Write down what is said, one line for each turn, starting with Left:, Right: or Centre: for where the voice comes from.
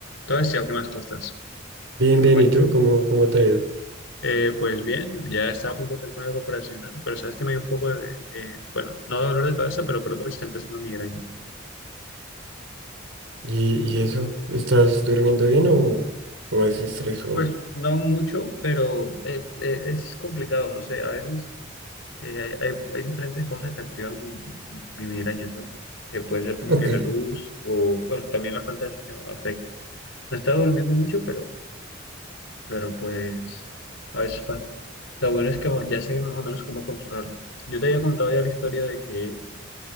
Left: Entonces, Tiago, ¿qué más? ¿Cómo estás?
Right: Bien,
Left: ¿Qué
Right: bien,
Left: me cuentas?
Right: ¿y tú? ¿Cómo, cómo te ha ido?
Left: Eh, pues bien, ya está a punto de ser nuevo operacional, pero sabes que me dio un poco de, eh, bueno, no dolor de cabeza, pero creo que me está empezando migraña.
Right: ¿Y, y eso? ¿Estás durmiendo bien o, o es estrés o...?
Left: Pues no mucho, pero eh, eh, es complicado, no sé, a veces eh, hay, hay- hay diferentes cosas que activan mi, mi migraña, ¿sabes? Eh, puede ser como
Right: Ok,
Left: que la luz o, bueno, también la falta de sueño afecta. No estaba durmiendo mucho, pero, pero pues a veces pasa. Lo bueno es que ya sé más o menos cómo controlarlo. Yo te había contado ya la historia de que